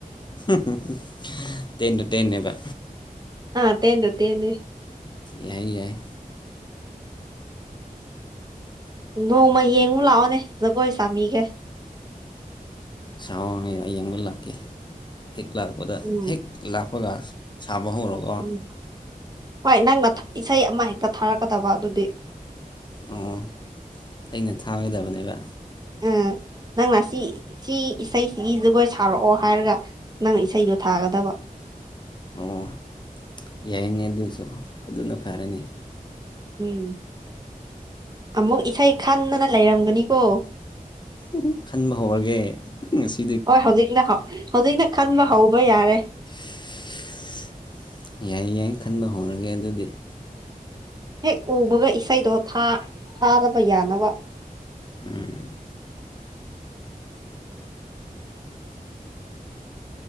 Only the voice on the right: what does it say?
ꯑꯥ ꯇꯦꯟ ꯇꯨ ꯇꯦꯟꯅꯦ
ꯅꯣꯡꯃ ꯌꯦꯡꯉꯨ ꯂꯥꯛꯑꯣꯅꯦ ꯖꯒꯣꯏ ꯁꯥꯕꯤꯒꯦ
ꯎꯝ
ꯎꯝ ꯍꯣꯏ ꯅꯪꯅ ꯊꯥ ꯏꯁꯩ ꯑꯃ ꯍꯦꯛꯇ ꯊꯥꯔꯛꯀꯗꯕ ꯑꯗꯨꯗꯤ
<unintelligible> ꯅꯪꯅ ꯁꯤ ꯁꯤ ꯏꯁꯩꯁꯤꯒꯤ ꯖꯒꯣꯏ ꯁꯥꯔꯛꯑꯣ ꯍꯥꯏꯔꯒ ꯅꯪꯅ ꯏꯁꯩꯗꯣ ꯊꯥꯒꯗꯕ
ꯎꯝ ꯑꯃꯨꯛ ꯏꯁꯩ ꯈꯥꯟꯗꯅ ꯂꯩꯔꯝꯒꯅꯤꯀꯣ
ꯍꯣꯏ ꯍꯧꯖꯤꯛꯅ ꯍꯧ ꯍꯧꯖꯤꯛꯅ ꯈꯟꯕ ꯍꯧꯕ ꯌꯥꯔꯦ
ꯍꯦꯛ ꯎꯕꯒ ꯏꯁꯩꯗꯣ ꯊꯥ ꯊꯥꯕꯒ ꯌꯥꯅꯕ